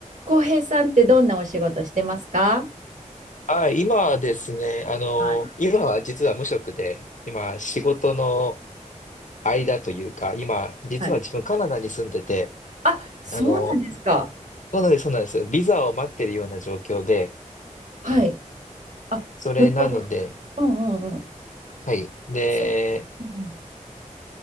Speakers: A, on the right; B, on the left.
A: 浩平さんってどんなお仕事してますか
B: あ、今はですね、あの、
A: はい
B: 今は実は無職で、今仕事の間というか、今、実は自分カナダに住んでて、
A: はい。あ、そうなんですか。
B: あの、そうなんです、そうなんです。ビザを待ってるような状況で、
A: はい。あ、
B: それなので、
A: 向こうで。うんうんうん。
B: はい。で、
A: そう。うん